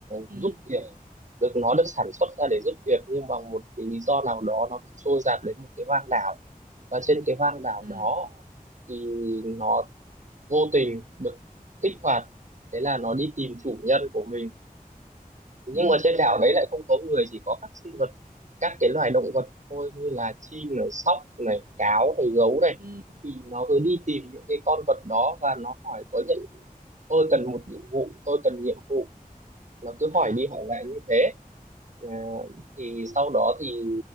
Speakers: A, on the right; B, on the right.
A: ừ
B: giúp việc được nó được sản xuất ra để giúp việc nhưng bằng một cái lý do nào đó nó bị trôi dạt đến một cái hoang đảo và trên cái hoang đảo
A: ừ
B: đó thì nó vô tình được kích hoạt thế là nó đi tìm chủ nhân của mình nhưng
A: ừ
B: mà trên đảo đấy lại không có người chỉ có các sinh vật các cái loài động vật thôi như là chim này sóc này cáo này gấu này
A: ừ
B: thì nó cứ đi
A: ừ
B: tìm những cái con vật đó và nó hỏi có những tôi cần một nhiệm vụ tôi cần nhiệm vụ nó cứ
A: à
B: hỏi đi hỏi lại như thế à, thì sau đó thì